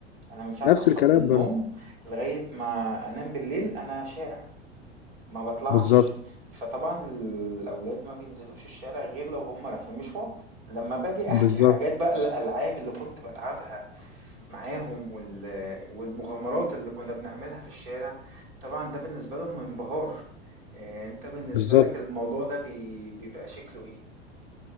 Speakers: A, on the right; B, on the left.
A: أنا من ساعة
B: نفس
A: ما أصحى
B: الكلام
A: من النوم
B: برضه
A: لغاية ما أنام بالليل أنا شارع، ما باطلعش،
B: بالظبط
A: فطبعًا الأولاد ما بينزلوش الشارع غير لو هُم رايحين مشوار، لمّا باجي
B: بالظبط
A: أحكي حاجات بقى الألعاب اللي كنت بالعبها معاهم وال والمغامرات اللي كنا بنعملها في الشارع، طبعًا ده بالنسبة لهم انبهار، آآ أنت بالنسبة
B: بالظبط
A: لك الموضوع ده بي بيبقى شكله إيه؟